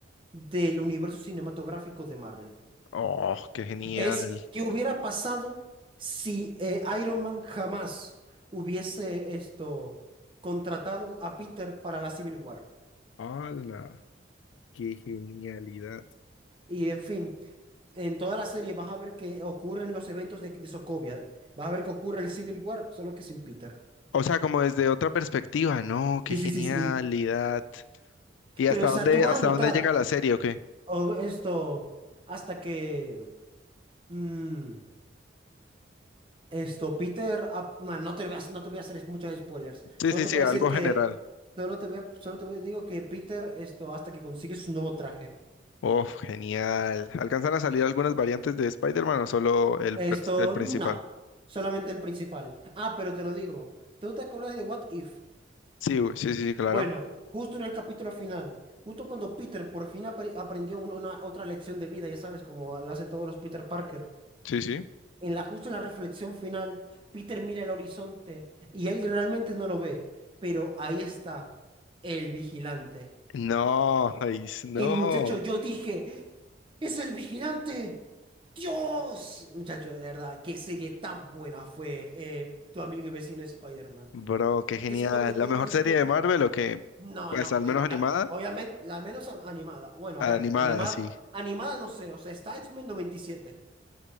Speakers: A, on the right; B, on the left.
A: del universo cinematográfico de Marvel.
B: Oh, qué genial.
A: Es que hubiera pasado si eh, Iron Man jamás hubiese esto contratado a Peter para la Civil War.
B: ¡Hala! ¡Qué genialidad!
A: Y en fin, en toda la serie vas a ver que ocurren los eventos de, de Sokovia. Vas a ver que ocurre el Civil War, solo que sin Peter.
B: O sea, como desde otra perspectiva, no, qué
A: Sí,
B: genialidad.
A: sí, sí, sí.
B: ¿Y hasta
A: Pero, o sea,
B: dónde,
A: tú vas
B: hasta
A: a notar
B: dónde llega la serie o qué?
A: o- esto hasta que mm, esto, Peter. ap- man, no te lo voy a, hacer- no te voy a hacer muchos spoilers.
B: Sí,
A: Solo
B: sí,
A: te
B: sí,
A: voy a
B: algo
A: decir que.
B: general.
A: Solo te voy a, solo te voy a digo que Peter, esto, hasta que consigue su nuevo traje.
B: Oh, genial. ¿Alcanzan a salir algunas variantes de Spider-Man o solo el,
A: Esto,
B: pers- el principal?
A: no. Solamente el principal. Ah, pero te lo digo. ¿Tú te acuerdas de What If?
B: Sí, güey, sí, sí, sí, claro.
A: Bueno, justo en el capítulo final, justo cuando Peter por fin apre- aprendió un- una otra lección de vida, ya sabes, como lo hacen todos los Peter Parker,
B: Sí, sí.
A: en la, justo en la reflexión final, Peter mira el horizonte y él realmente no lo ve, pero ahí está el vigilante.
B: No, ay, s- no,
A: Y muchacho, yo dije, ¡es el vigilante! ¡Dios! Muchacho, de verdad, qué serie tan buena fue eh, tu amigo y vecino Spider-Man.
B: bro, qué genial.
A: Es lo que te,
B: ¿La mejor
A: es
B: serie
A: lo
B: de
A: que
B: Marvel o qué?
A: No,
B: Pues
A: no,
B: al
A: el-
B: menos animada.
A: la- obviamente, la- al menos am- animada. Bueno,
B: Animada,
A: a ver, animada,
B: sí.
A: animada no sé, o sea, está X-Men 97.